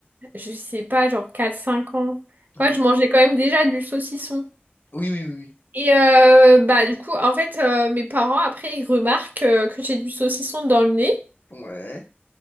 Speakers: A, on the right (about 50°); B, on the left (about 55°).
A: Je sais pas, genre quatre cinq ans. Moi,
B: Ouais.
A: je mangeais quand même déjà du saucisson.
B: Oui, oui, oui,
A: Et euh, bah, du coup, en fait, euh, mes parents, après, ils remarquent euh, que j'ai du saucisson dans le nez.
B: oui. Ouais.